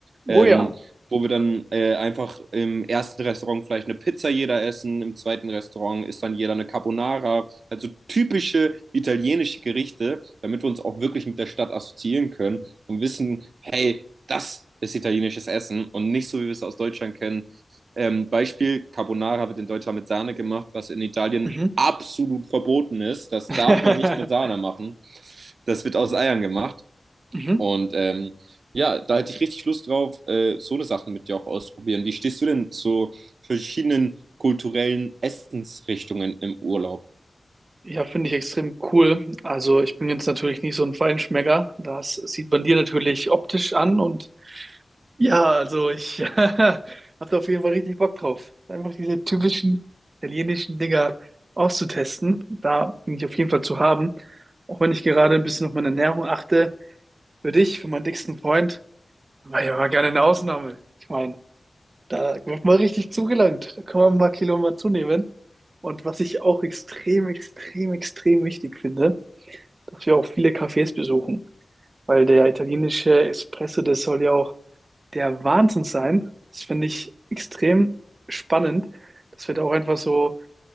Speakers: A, on the right (about 80°); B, on the right (about 45°).
A: Ähm,
B: Oh ja.
A: wo wir dann äh, einfach im ersten Restaurant vielleicht eine Pizza jeder essen, im zweiten Restaurant ist dann jeder eine Carbonara, also typische italienische Gerichte, damit wir uns auch wirklich mit der Stadt assoziieren können und wissen, hey, das ist italienisches Essen und nicht so, wie wir es aus Deutschland kennen, ähm, Beispiel, Carbonara wird in Deutschland mit Sahne gemacht, was in Italien
B: Mhm.
A: absolut verboten ist. Das
B: <laughs>
A: darf man nicht mit Sahne machen. Das wird aus Eiern gemacht.
B: Mhm.
A: Und ähm, ja, da hätte ich richtig Lust drauf, äh, so eine Sachen mit dir auch ausprobieren. Wie stehst du denn zu verschiedenen kulturellen Essensrichtungen im Urlaub?
B: Ja, finde ich extrem cool. Also ich bin jetzt natürlich nicht so ein Feinschmecker. Das sieht man dir natürlich optisch an und Ja, also ich <laughs> habe da auf jeden Fall richtig Bock drauf. Einfach diese typischen italienischen Dinger auszutesten. Da bin ich auf jeden Fall zu haben. Auch wenn ich gerade ein bisschen auf meine Ernährung achte. Für dich, für meinen dicksten Freund, war ja mal gerne eine Ausnahme. Ich meine, da wird mal richtig zugelangt. Da kann man ein paar Kilo mal zunehmen. Und was ich auch extrem, extrem, extrem wichtig finde, dass wir auch viele Cafés besuchen. Weil der italienische Espresso, das soll ja auch der Wahnsinn sein. Das finde ich extrem spannend, dass wir da auch einfach so